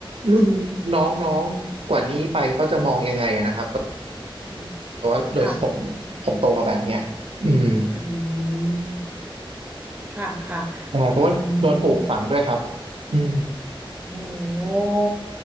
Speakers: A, on the right; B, on the right.
A: รุ่นน้องๆกว่านี้ไปเขาจะมองยังไงอะนะครับ
B: อืม
A: แต่ว่าโดยผม
B: ค่ะ
A: ผมโตมาแบบเนี้ยอืม
B: อืมค่ะค่ะ
A: ใช่เพราะว่าโดนปลูกฝังด้วยครับ
B: อืม
A: อืม
B: โอ้